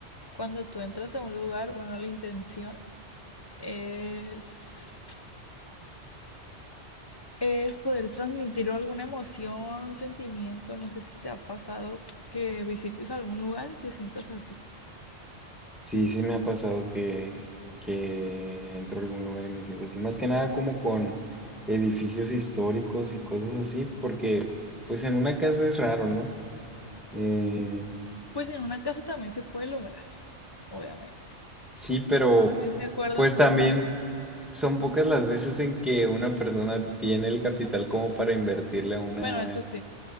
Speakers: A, on the left; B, in the centre.
A: cuando tú entras a un lugar, bueno, la intención es, es poder transmitir alguna emoción, un sentimiento. No sé si te ha pasado que visites algún lugar y te sientas así.
B: Sí, sí me ha pasado que, que entro a algún lugar y me siento así. Más que nada como con edificios históricos y cosas así, porque pues en una casa es raro, ¿no? Eh,
A: Pues en una casa también se puede lograr, obviamente.
B: sí, pero
A: Es de acuerdo
B: pues
A: a cómo...
B: también son pocas las veces en que una persona tiene el capital como para invertirle a una
A: Bueno, eso sí,